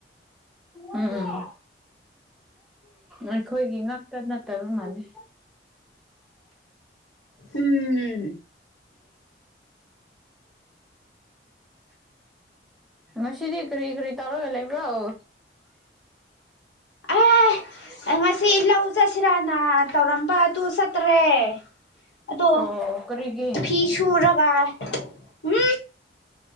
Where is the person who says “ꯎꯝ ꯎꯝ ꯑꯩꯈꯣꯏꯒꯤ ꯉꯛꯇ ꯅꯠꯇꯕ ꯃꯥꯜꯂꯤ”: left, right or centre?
Centre